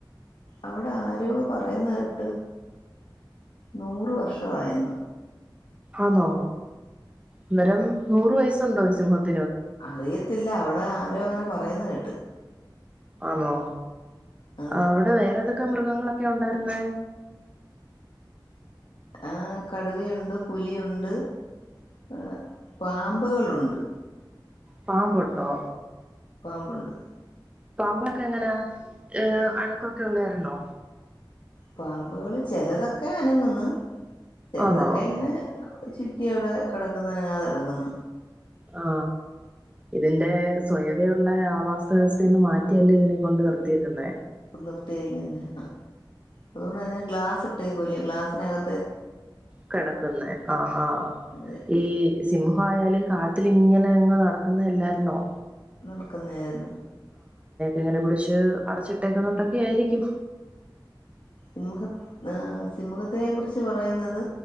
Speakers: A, on the left; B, on the right.
A: അവിടെ ആരോ പറയുന്ന കേട്ട്? നൂറ് വർഷയെന്ന്.
B: ആന്നോ അന്നേരം നൂറ് വയസ്സുണ്ടോ സിംഹത്തി
A: അറിയത്തില്ല. അവിടെ ആരോ അങ്ങനെ പറയന്ന് കേട്ട്.
B: ആന്നോ
A: അതെ
B: അവിടെ വേറെ എന്തൊക്കെ മൃഗങ്ങളൊക്കെ ഉണ്ടായിരുന്നേ?
A: ആ കടുവയുണ്ട് പുലിയുണ്ട്.. ഹ്.. പാമ്പുകളുണ്ട്
B: പാമ്പ്ണ്ടോ?
A: പാമ്പുണ്ട്
B: പാമ്പൊക്കെ എങ്ങനെയാ, ഏ അനക്കൊക്കെ ഉണ്ടായിരുന്നോ?
A: പാമ്പുകള് ചെലതൊക്കെ അനങ്ങന്ന് ചെലതൊക്കെ
B: ആന്നോ
A: ഇങ്ങനെ ചുറ്റി അവിടെ കിടക്കുന്ന്. നങ്ങാതെ കിടക്കുന്നു.
B: ആ ഇതിന്റെ സ്വയവയുള്ള ആവാസ വ്യവസ്ഥയന്ന് മാറ്റിയല്ലേ ഇതിനെ കൊണ്ട് നിർത്തിയേക്കുന്ന.
A: നിർത്തിയരിക്കന്നെ ആ അതുകൊണ്ട്ഗ്ലാസ് ഇട്ടേക്കേല്ല ഗ്ലാസ്സിനക
B: കിടക്കുന്ന ആ ആ
A: അതെ
B: ഈ സിംഹ ആയാലും കാ ട്ടിൽ ഇങ്ങനെ അങ്ങ് നടക്കുന്ന അല്ലായിരുന്നോ?
A: നടക്കുന്നാരുന്നു.
B: എങ്ങനെ പിടിച്ച് അടച്ചിട്ടേക്കുന്നുണ്ടൊക്കെ ആയിരിക്കും.
A: സിംഹ. ആ സിംഹത്തിനെ കുറിച്ച് പറയുന്നത്